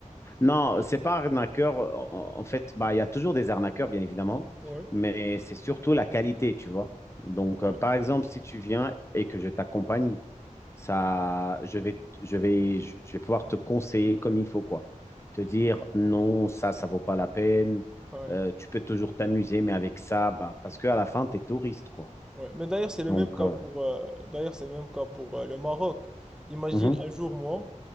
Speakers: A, on the left; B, in the centre.
A: Non, c'est pas arnaqueur. En en fait, bah, il y a toujours des arnaqueurs, bien évidemment,
B: Ouais,
A: mais c'est surtout la qualité, tu vois. Donc,
B: ouais,
A: euh, par exemple, si tu viens et que je t'accompagne, ça, je vais, t- je vais, je je vais pouvoir te conseiller comme il faut, quoi. Te dire non, ça, ça vaut pas la peine.
B: ouais.
A: Euh, tu peux toujours t'amuser, mais avec ça, bah, parce qu'à la fin, tu es touriste, quoi.
B: Ouais, mais d'ailleurs, c'est le
A: Donc,
B: même cas
A: euh,
B: pour, euh, d'ailleurs, c'est le même cas pour euh, le Maroc. Imagine
A: mhm.
B: un jour, moi,